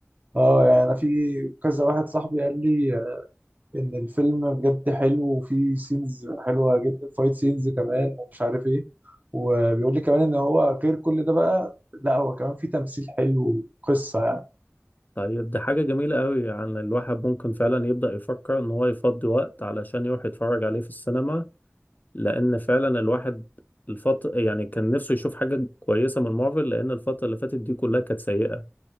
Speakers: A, on the right (about 35°); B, on the left (about 35°).
A: اه يعني انا في كذا واحد صاحبي قال لي ان الفيلم بجد حلو وفي سينز حلوه جدا فايت سينز كمان ومش عارف ايه وبيقول لي كمان ان هو غير كل ده بقى لا هو كمان في تمثيل حلو وقصه يعني
B: طيب دي حاجة جميلة قوي يعني الواحد ممكن فعلا يبدأ يفكر ان هو يفضي وقت علشان يروح يتفرج عليه في السينما لان فعلا الواحد الفترة يعني كان نفسه يشوف حاجة كويسة من مارفل لان الفترة اللي فاتت دي كلها كانت سيئة